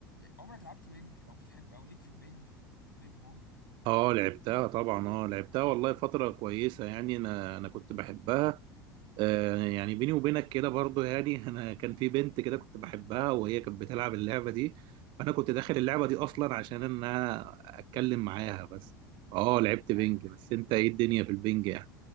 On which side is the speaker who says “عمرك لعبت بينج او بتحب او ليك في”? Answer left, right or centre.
Left